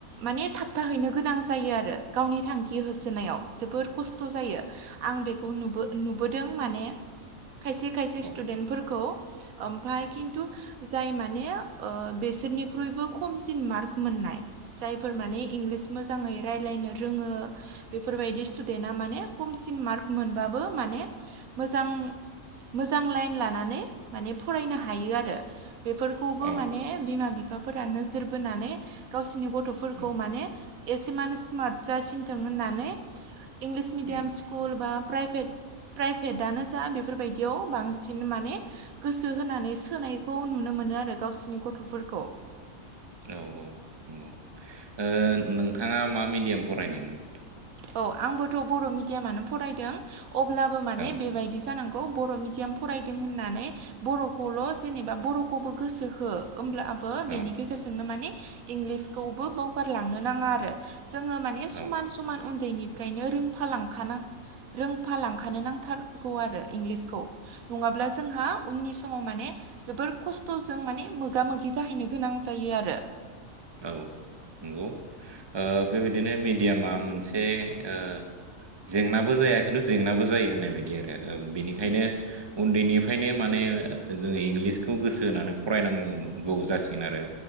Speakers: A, on the right; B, on the right.
A: माने थाबथाहैनो गोनां जायो आरो गावनि थांखि होसोनायाव जोबोर कस्थ जायो आं बेखौ नुबो नुबोदों माने खायसे खायसे
B: औ
A: स्टुदेन्टफोरखौ ओमफाय खिन्थु जाय माने ओ बेसोरनिख्रुइबो खमसिन मार्क मोन नाय जायफोर फोर
B: औ
A: माने इंलिस मोजाङै रायलायनो रोङो बेफोरबायदि स्टुडेन्टा माने खमसिन मार्क मोनबाबो माने मोजां मोजां लाइन लानानै माने फरायनो हायो आरो बेफोरखौबो
B: औ
A: माने बिमा बिफाफोरा नोजोर बोनानै गावसिनि गथफोरखौ
B: उम
A: माने एसे मानो स्मार्ट जासिनथों होननानै इंलिस मिडियाम
B: उम
A: स्कुल बा प्राइभेट प्राइभेटआनो जा बेफोरबायदियाव बांसिन माने गोसो होनानै सोनायखौ नुनो मो नो आरो गावसिनि गथ'फोरखौ।
B: औ औ नंगौ। ओ नोंथाङा मा मिडियाम फरायनायमोन?
A: औ आंबोथ' बर मिडियामानो फरायदों अब्लाबो माने
B: औ
A: बेबायदि जानां गौ बर' मिडियाम फरायदों होननानै बर'खौल जेनेबा बर'खौबो गोसो हो। ओमब्लाबो
B: औ
A: बेनि गेजेरजोंनो माने इंलिसखौबो बावगारलांनो नाङा आरो जोङो माने
B: औ
A: समान समान उन्दैनिफ्रायनो रोंफालांखानां रोंफालांखानो नांथारगौ आरो इंलिसखौ। नङाब्ला जोंहा उननि समाव माने जोबोर खस्थ'जों माने मोगा मोगि जाहैनो गोनां जायो आरो
B: औ। नंगौ ओ बेबायदिनो मेडियामा मोनसे ओ जेंनाबो जाया खिन्थु जेंनाबो जायो होननाय बायदि आरो ओम बेनिखायनो उन्दैनिफ्रायनो माने <unintelligible> जों इंलिसखौ गोसो होनानै फरायनांगौ जासिगोन आरो